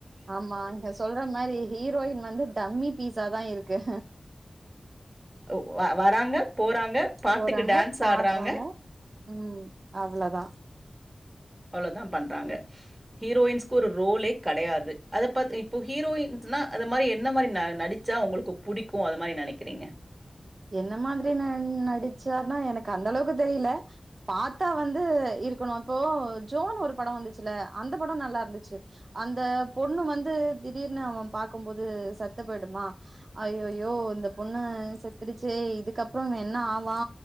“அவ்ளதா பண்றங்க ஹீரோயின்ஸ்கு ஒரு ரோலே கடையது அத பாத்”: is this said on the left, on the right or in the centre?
Right